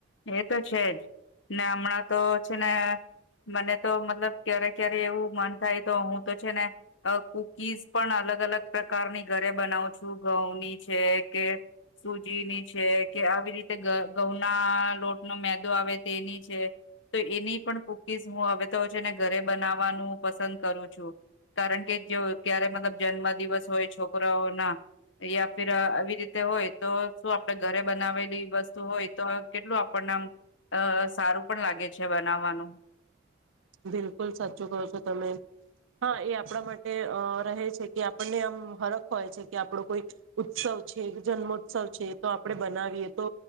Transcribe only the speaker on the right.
બિલકુલ સાચું કહો છો, તમે? હા એ આપણા માટે અ રહે છે, કે આપણને આમ હરખ હોય છે, કે આપડો કોઈ ઉત્સવ જન્મોત્સવ છે, તો આપણે બનાવીએ તો